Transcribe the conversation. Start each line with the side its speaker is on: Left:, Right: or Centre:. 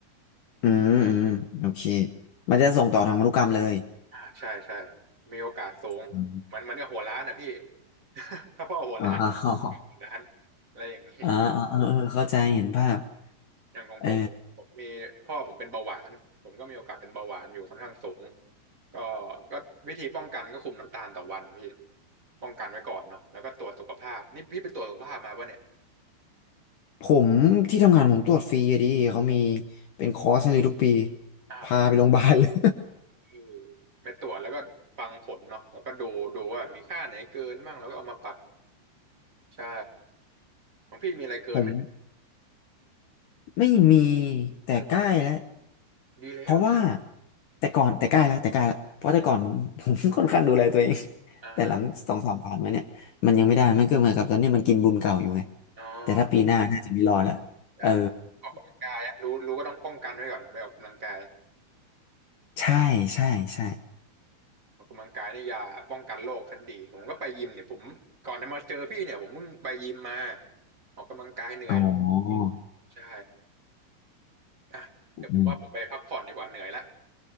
Left: อืมอืมโอเคมันจะส่งต่อทางพันธุกรรมเลย
Right: อ่าใช่ใช่มีโอกาสสูง
Left: อม
Right: มันมันก็หัวล้านนะพี่ <laughs> ถ้าพ่อหัวล้าน
Left: อ๋อ <laughs> อ๋อ
Right: หัวล้านอะไรอย่างนี้
Left: อ๋อเออเออเข้าใจเห็นภาพ
Right: อย่างของผมผมมีพ่อผมเป็นเบาหวานผมก็มีโอกาสเป็นเบาหวานอยู่ค่อนข้างสูง
Left: เออ
Right: ก็ก็วิธีป้องกันก็คุมน้ำตาลต่อวันพี่ป้องกันไว้ก่อนเนาะแล้วก็ตรวจสุขภาพนี่พี่ไปตรวจสุขภาพมาป่ะเนี่ย
Left: ผมที่ทำงานผมตรวจฟรีอะดิเขามีเป็นคอร์สให้เลยทุกปี
Right: อ่าผมก็
Left: พาไปโรงพยาบาลเลย
Right: คือไปตรวจแล้วก็ฟังผลเนาะแล้วก็ดูดูว่ามีค่าไหนเกินบ้างแล้วก็เอามาปรับใช่ของพี่มีอะไรเกินไหม
Left: <laughs> ผมไม่มีแต่ใกล้แล้ว
Right: เออดีแล้ว
Left: เพราะว่าแต่ก่อนแต่ใกล้แล้วแต่ใกล้แล้วเพราะแต่ก่อน <laughs> ผมผมค่อนข้างดูแลตัวเอง
Right: อ่า
Left: แต่หลังสองสามผ่านมาเนี่ยมันยังไม่ได้มันก็เหมือนกับตอนนี้มันกินบุญเก่าอยู่ไง
Right: อ๋อ
Left: แต่ถ้าปีหน้าน่าจะไม่รอดละเออ
Right: ใช่ออกกำลังกายอะรู้รู้ก็ต้องป้องกันไว้ก่อนไปออกกำลังกาย
Left: <laughs> ใช่ใช่ใช่
Right: ออกกำลังกายนี่ยาป้องกันโรคชั้นดีผมก็ไปยิมเนี่ยผมก่อนจะมาเจอพี่เนี่ยผมเพิ่งไปยิมมาออกกำลังกายเหนื่อยเลย
Left: อ๋อ
Right: ใช่อ่ะเดี๋ยวผมว่าผมไปพักผ่อนดีกว่าเหนื่อยแล้ว
Left: อืม